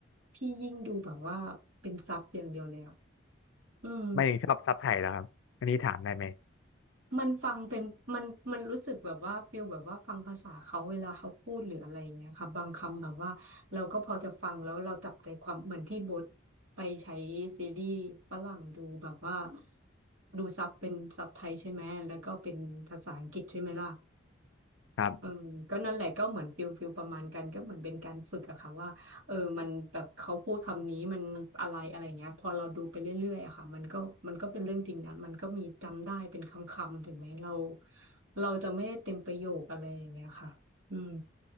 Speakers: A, on the right (about 75°); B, on the left (about 65°).
A: พี่ยิ่งดูแบบว่าเป็นซับอย่างเดียวเลยอะอืม
B: ไม่ถึงชอบซับไทยแล้วครับอันนี้ถามได้ไหม
A: มันฟังเป็นมันมันรู้สึกแบบว่าฟีลแบบว่าฟังภาษาเขาเวลาเขาพูดหรืออะไรอย่างเงี้ยค่ะบางคำแบบว่าเราก็พอจะฟังแล้วเราจับใจความเหมือนที่โบทไปใช้ซีรีส์ฝรั่งดูแบบว่าดูซับเป็นซับไทยใช่ไหมแล้วก็เป็นภาษาอังกฤษใช่ไหมล่ะ
B: ครับ
A: เออก็นั่นแหละก็เหมือนฟิลฟิลประมาณกันก็เหมือนเป็นการฝึกอะค่ะว่าเออมันแบบเขาพูดคำนี้มันอะไรอะไรเงี้ยพอเราดูไปเรื่อยๆอะค่ะมันก็มันก็เป็นเรื่องจริงนะมันก็มีจำได้เป็นคำๆถึงแม้เราเราจะไม่ได้เต็มประโยคอะไรอย่างเงี้ยค่ะอืม